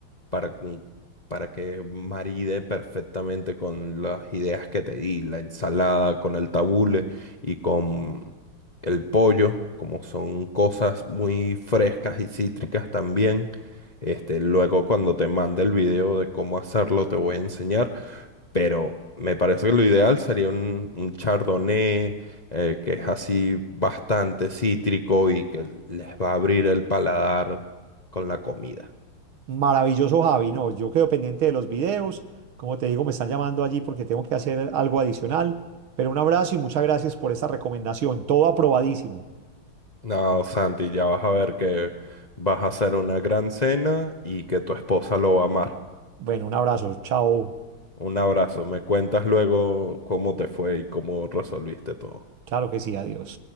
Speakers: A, on the left; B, on the right.
A: para, cu- para que maride perfectamente con las ideas que te di, la ensalada, con el tabule y con el pollo, como son cosas muy frescas y cítricas también. Este, luego cuando te mande el video de cómo hacerlo te voy a enseñar, pero me parece que lo ideal sería un, un chardonnay eh, que es así bastante cítrico y que les va a abrir el paladar con la comida.
B: Maravilloso, Javi, no, yo quedo pendiente de los videos. Como te digo, me están llamando allí porque tengo que hacer algo adicional. Pero un abrazo y muchas gracias por esta recomendación. Todo aprobadísimo.
A: No, Santi, ya vas a ver que vas a hacer una gran cena y que tu esposa lo va a amar.
B: Bueno, un abrazo. Chao.
A: Un abrazo. Me cuentas luego cómo te fue y cómo resolviste todo.
B: Claro que sí, adiós.